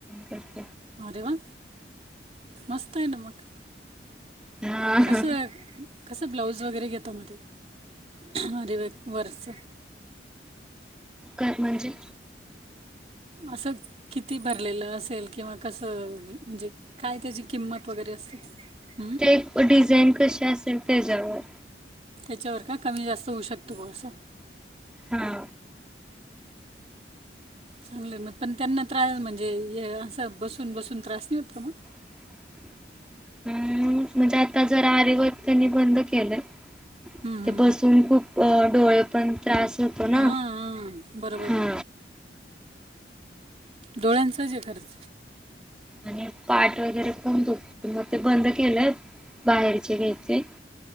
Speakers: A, in the centre; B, on the right.
A: का
B: अरे वा मस्त आहे ना मग
A: हा
B: कस कस ब्लाऊज वगैरे घेतो मध्ये हरिवे वरस
A: का म्हणजे
B: असं किती भरलेलं असेल किंवा कसं म्हणजे काय त्याची किंमत वगैरे असते हं?
A: तेेप व डिझाईन कशी असेल त्याच्यावर
B: त्याच्यावर का कमी जास्त होऊ शकतो ग असं
A: हा
B: चांगलं मग पण त्यांना त्रास म्हणजे असं बसून बसून त्रास नाही होत का मग
A: का एकु येत नाही हम् म्हणजे आता जरा आरेवत त्यांनी बंद केलं
B: हं, हं,
A: ते बसून
B: हं.
A: खूप अ डोळे पण त्रास होतो
B: हां,
A: ना
B: हां. बरोबर
A: हा
B: आहे. डोळ्यांचाचे खर्च
A: आणि पाठ वगैरे कोण त ते बंद केलंय बाहेरचे घ्यायचे